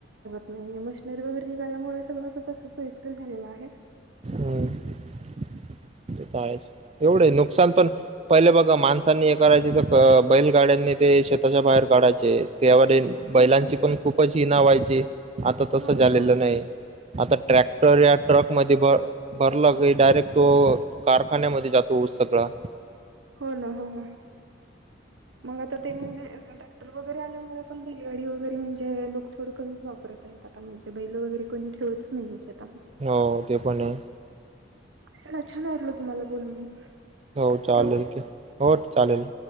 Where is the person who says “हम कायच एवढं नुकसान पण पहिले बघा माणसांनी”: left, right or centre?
Right